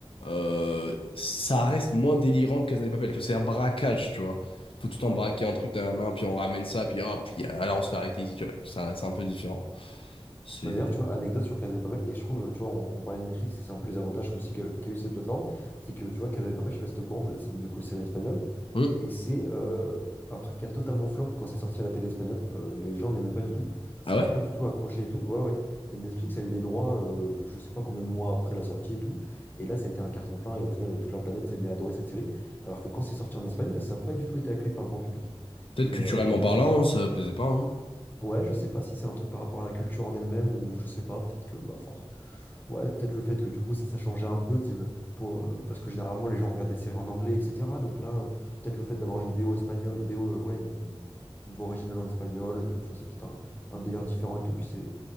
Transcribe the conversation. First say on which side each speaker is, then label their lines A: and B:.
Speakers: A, on the left; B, on the left.
A: euh, ça reste moins délirant que Casa de Papel, tu vois. C'est un braquage, tu vois. Il faut tout le temps
B: Ouais.
A: braquer un truc d'un nain, puis on ramène ça, puis hop, puis ah, là, on se fait arrêter ici, tu vois. Ça- C'est un peu différent. C'est.
B: Bah d'ailleurs, tu vois, anecdote sur Casa de Papel, et je trouve, tu vois, on, on parlait de Netflix, et c'est un peu les avantages aussi qu'a qu'a eu cette plateforme, c'est que, tu vois, Casa de Papel, je sais pas si t'es au courant, mais c'est du coup série espagnole.
A: Hmm.
B: Et c'est euh, un truc qui a totalement flop quand c'est sorti à la télé espagnole. Euh, les gens n'aimaient pas du tout. Ça
A: Ah ouais?
B: n'a pas du tout accroché et tout. Ouais, ouais. Et Netflix a eu les droits, euh, je sais pas combien de mois après la sortie et tout. Et là, ça a été un carton plein. Et au final, toute la planète s'est mise à adorer cette série. Alors que quand c'est sorti en Espagne, ça n'a pas du tout été accueilli par le grand public.
A: Peut-être
B: Et,
A: culturellement
B: euh, et donc,
A: parlant,
B: c'est
A: ça plaisait pas. hein.
B: Ouais, je sais pas si c'est un truc par rapport à la culture en elle-même ou je sais pas, peut-être que bah force. Ouais, peut-être le fait que du coup ça, ça changeait un peu, c'est pour, euh, parce que généralement les gens regardent des séries en anglais, etc. Donc là, euh, peut-être le fait d'avoir une VO espagnole, une VO, euh, ouais, une, une- une voix originale en espagnol et tout, tu vois, c'est peut-être un, un délire différent et tout, puis c'est.